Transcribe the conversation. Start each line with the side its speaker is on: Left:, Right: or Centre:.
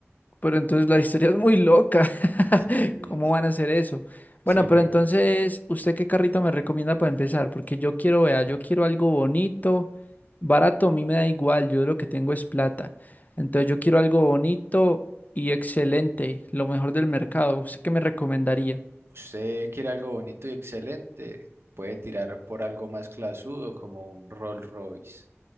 Left: Pero entonces la historia es muy loca. <laughs>
Right: Sí, sí,
Left: ¿Cómo
Right: sí.
Left: van a hacer eso?
Right: Sí,
Left: Bueno,
Right: pero
Left: pero entonces, ¿usted qué carrito me recomienda para empezar? Porque yo quiero, vea, yo quiero algo bonito, barato, a mí me da igual, yo lo que tengo es plata. Entonces yo quiero algo bonito y excelente, lo mejor del mercado. ¿Usted qué me recomendaría?
Right: Usted quiere algo bonito y excelente, puede tirar por algo más clasudo como un Rolls Royce.